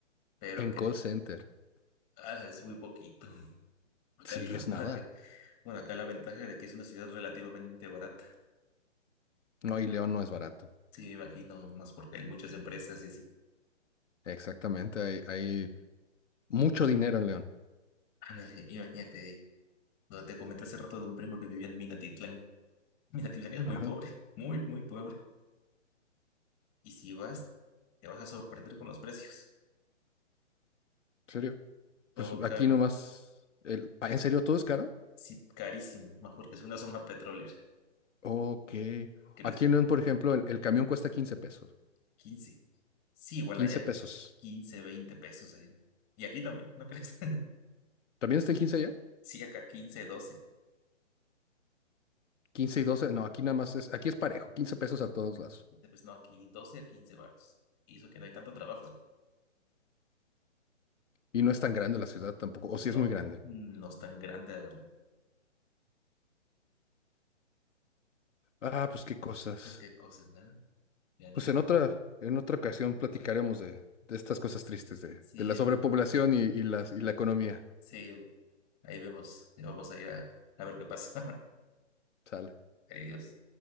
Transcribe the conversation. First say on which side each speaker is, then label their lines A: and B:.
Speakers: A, on the left (about 20°); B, on the left (about 75°).
A: pero
B: En
A: que
B: call center.
A: ah, es muy poquito. <laughs> Acá
B: Sí,
A: también,
B: es nada.
A: Bueno, acá la ventaja de que es una ciudad relativamente barata.
B: No, y León no es barato.
A: Sí, me imagino, más porque hay muchas empresas y así.
B: Exactamente. Hay, hay mucho dinero en León.
A: Ah, no, i- Imagínate, donde te comenté hace rato de un primo que vivía en Minatitlán. Minatitlán es muy
B: Ajá,
A: pobre,
B: ¿en
A: muy, muy pobre. Y si vas, te vas a sorprender con los precios.
B: serio?
A: Todo
B: Pues
A: caro,
B: aquí nomás. El... ah, ¿En serio todo es caro?
A: sí, carísimo, más porque es una zona petrolera.
B: Ok.
A: ¿Crees
B: Aquí
A: que
B: en León, por ejemplo, el, el camión cuesta 15 pesos.
A: 15? Sí, igual
B: 15
A: allá
B: pesos.
A: 15 20 pesos allá. Y aquí también, ¿no crees? <laughs>
B: ¿También está en quince allá?
A: Sí, acá 15 doce,
B: 15 y doce. No, aquí nada más es. Aquí es parejo. quince pesos a todos lados.
A: Pues no, aquí 12 a 15 baros. Y eso que no hay tanto trabajo. ¿eh?
B: Y no es tan grande la ciudad tampoco. O sí es
A: No,
B: muy grande.
A: no es tan grande, la verdad.
B: Ah, pues qué cosas.
A: Pues qué cosas, ¿no? Ya ni
B: Pues
A: modo.
B: en otra, en otra ocasión platicaremos de, de estas cosas tristes, de,
A: Sí,
B: de la
A: eh,
B: sobrepoblación y, y las, y la economía.
A: sí, ahí vemos. Ya Vamos a ir a, a ver qué pasa. <laughs>
B: Sale.
A: Adiós.